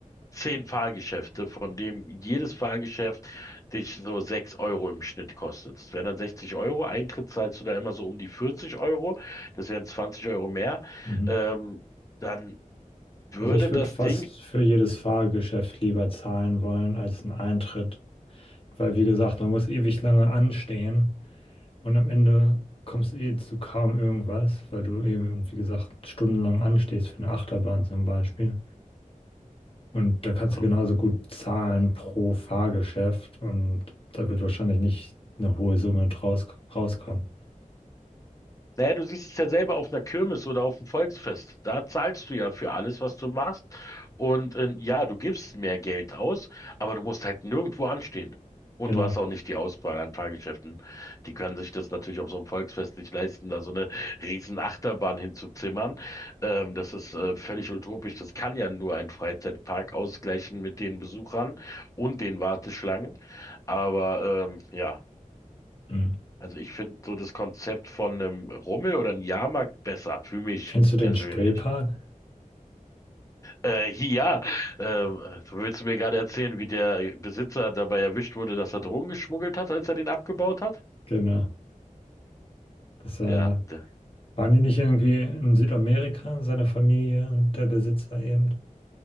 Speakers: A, on the left; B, on the left.
A: zehn Fahrgeschäfte, von dem jedes Fahrgeschäft dich so sechs Euro im Schnitt kostet. Das wären dann 60 Euro. Eintritt zahlst du da immer so um die 40 Euro. Das wären 20 Euro mehr.
B: Mhm.
A: Ähm, dann würde
B: Also ich
A: das
B: würde fast
A: Ding
B: für jedes Fahrgeschäft lieber zahlen wollen als einen Eintritt. Weil wie gesagt, man muss ewig lange anstehen. Und am Ende kommst du eh zu kaum irgendwas, weil du eben, wie gesagt, stundenlang anstehst für eine Achterbahn zum Beispiel. Und da kannst
A: ja,
B: du genauso gut zahlen pro Fahrgeschäft und da wird wahrscheinlich nicht eine hohe Summe draus rauskommen.
A: Naja, du siehst es ja selber auf einer Kirmes oder auf dem Volksfest. Da zahlst du ja für alles, was du machst. Und äh, ja, du gibst mehr Geld aus, aber du musst halt nirgendwo anstehen. Und
B: Genau.
A: du hast auch nicht die Auswahl an Fahrgeschäften. Die können sich das natürlich auf so einem Volksfest nicht leisten, da so eine riesen Achterbahn hinzuzimmern. Ähm, das ist äh, völlig utopisch. Das kann ja nur ein Freizeitpark ausgleichen mit den Besuchern und den Warteschlangen. Aber ähm, ja.
B: Hm.
A: Also ich finde so das Konzept von einem Rummel oder einem Jahrmarkt besser, für mich
B: Kennst du den
A: persönlich.
B: Spreepark?
A: Äh, ja, ähm, du willst mir gerade erzählen, wie der Besitzer dabei erwischt wurde, dass er Drogen geschmuggelt hat, als er den abgebaut hat?
B: Genau. Das, äh,
A: Ja, der,
B: waren die nicht irgendwie in Südamerika, seine Familie und der Besitzer eben?